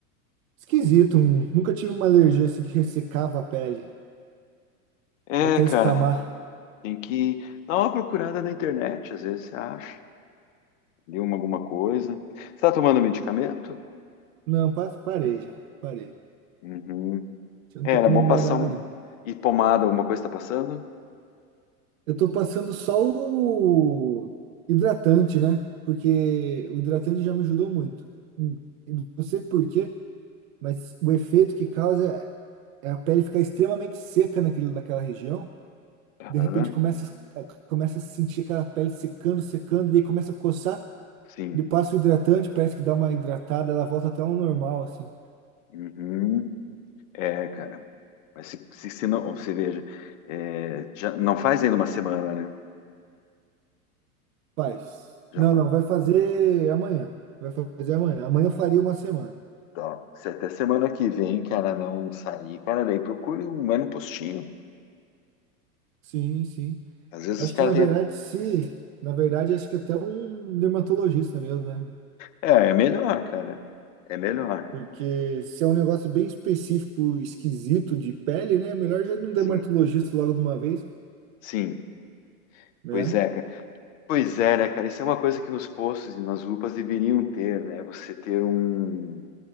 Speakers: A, on the right; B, on the left.
A: Esquisito, hum, nunca tive uma alergia assim que ressecava a pele,
B: É,
A: e até
B: cara,
A: escamar.
B: Tem que dar uma procurada na internet, às vezes você acha, leu uma- alguma coisa. Você está tomando medicamento?
A: Não, pa- parei já, parei.
B: Uhum.
A: Eu
B: É,
A: não tô
B: era
A: tomando
B: bom passar
A: mais nada,
B: um...
A: não.
B: e pomada, alguma coisa está passando?
A: Eu tô passando só o hidratante, né? Porque o hidratante já me ajudou muito. Hum, eu Não sei por quê, mas o efeito que causa é a pele ficar extremamente seca naquilo naquela região. de
B: Aham,
A: repente começa, a- começa a sentir aquela pele secando, secando, e daí começa a coçar,
B: sim.
A: ele passa o hidratante, parece que dá uma hidratada, ela volta até ao normal, assim.
B: Uhum. É, cara. Mas se, se, se não, você veja, é, já não faz ainda uma semana, né?
A: Faz.
B: Já
A: Não,
B: faz.
A: não, vai fazer amanhã. Vai fazer amanhã. Amanhã eu faria uma semana.
B: Tá. Se até semana que vem, cara, não sair, cara, daí procure um, vai num postinho.
A: Sim, sim.
B: Às vezes
A: Acho
B: os caras
A: que na
B: têm.
A: verdade, se. Na verdade, acho que até um dermatologista mesmo, né?
B: É, é melhor, cara. É melhor.
A: Porque se é um negócio bem específico, esquisito de pele, né? Melhor já ir num dermatologista
B: Sim,
A: logo de uma vez,
B: sim.
A: né?
B: Pois é, cara. Pois é, né, cara? Isso é uma coisa que nos postos e nas UPAs deveriam ter, né? Você ter um.